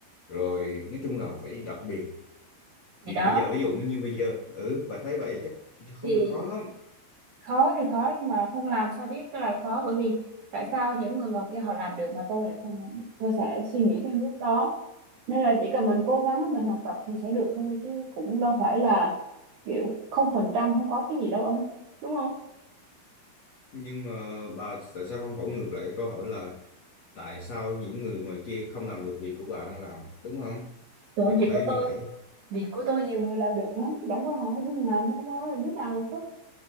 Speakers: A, on the left; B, on the right.
A: rồi nói chung là phải đặc biệt thì
B: thì đó
A: bây giờ ví dụ như bây giờ ừ bà thấy vậy chắc không
B: thì
A: được khó lắm
B: khó thì khó nhưng mà không làm sao biết là khó bởi vì tại sao những người ngoài kia họ làm được mà tôi lại không làm được tôi sẽ suy nghĩ theo hướng đó nên là chỉ cần mình cố gắng mình học tập thì sẽ được thôi chứ cũng đâu phải là kiểu không phần trăm không có cái gì đâu ông đúng không
A: nhưng mà bà tại sao không hỏi ngược lại cái câu hỏi là tại sao những người ngoài kia không làm được việc của bà đang làm đúng không
B: Sự
A: thì
B: việc
A: tôi thấy
B: của
A: như
B: tôi
A: vậy
B: việc của tôi nhiều người làm được lắm chẳng qua họ không muốn làm không ơi đứa nào có